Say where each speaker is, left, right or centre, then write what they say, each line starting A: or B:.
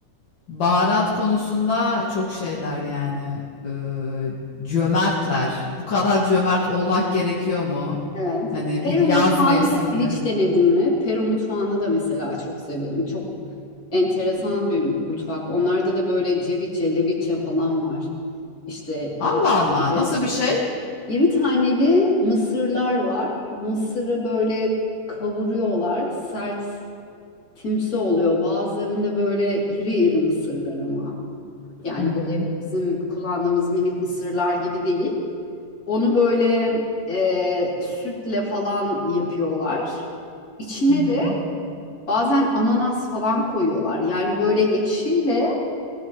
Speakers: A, on the left; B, on the left.
A: Baharat konusunda çok şeyler yani Ee, cömertler. Bu kadar cömert olmak gerekiyor mu?
B: Evet.
A: Hani
B: Peru
A: bir yaz
B: mutfağını
A: mevsiminde.
B: hiç denedin mi? Peru mutfağını da mesela çok severim. Çok enteresan bir mutfak. Onlarda da böyle ceviche, leviche falan var. İşte
A: Allah
B: iritaki
A: Allah nasıl bir şey?
B: İri taneli mısırlar var. Mısırı böyle kavuruyorlar. Sert timsi oluyor. Bazılarında böyle iri iri mısırlar ama. Yani
A: Hı hı.
B: bu ev- bizim kullandığımız minik mısırlar gibi değil. Onu böyle e, sütle falan yapıyorlar. İçine
A: Hı hı.
B: de bazen ananas falan koyuyorlar. Yani böyle ekşiyle